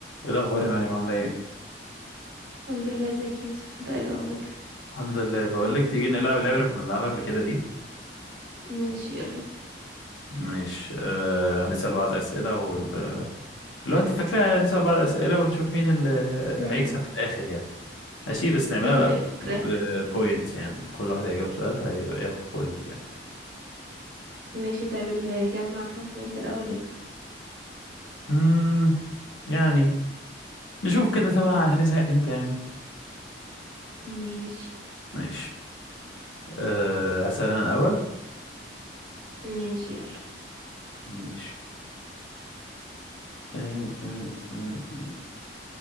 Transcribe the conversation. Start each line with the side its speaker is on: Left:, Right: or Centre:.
Left: ايه الاخبار يا مريم عامله ايه
Right: الحمد لله ازيك يا يوسف انت ايه الاخبار
Left: الحمد لله بقول لك تيجي نلعب اللعبه اللي كنا بنلعبها قبل كده دي
Right: ماشي يلا بينا
Left: مش آه هنسال بعض اسئله وال... لو انت فاكره نسال بعض اسئله ونشوف مين اللي
Right: م-
Left: هيكسب
Right: م.
Left: في الاخر يعني ماشي بس نعملها
Right: ايوه ايوه
Left: بقى
Right: فاكراها
Left: بوينت يعني كل واحد هيجاوب سؤال هيبقى ياخد بوينت يعني
Right: ماشي طيب اللي يجمع كام بوينت الاول يكسب
Left: امم يعني نشوف كده طبعا هنزهق امتى يعني
Right: ماشي
Left: ماشي آه هسال انا الاول
Right: ماشي يلا
Left: ماشي آه آه آه. آه.